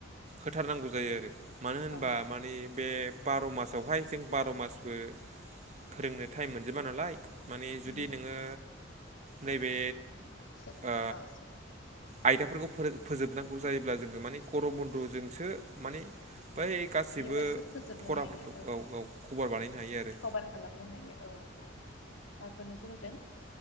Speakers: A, on the right (about 35°); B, on the left (about 85°).
A: होथारनांगौ जायो आरो मानो होनबा
B: ओं।
A: मानि बे बार' मासावहाय जों बार' मासबो फोरोंनो टाइम मोनजोबा नालाय माने जुदि
B: उम
A: नोङो नैबे
B: सो
A: ओ
B: औ सो
A: आयदाफोरखौ फोरों फोजोबनांगौ जायोब्ला जोङो माने गरम बन्द'जोंसो माने बै गासिबो
B: बेवहायसो फोजोबनो
A: फराफोरखौ
B: हायो औ
A: खबर बानायनो हायो आरो
B: कभार खालामनो हायो औ औ थारखौनो बुंदों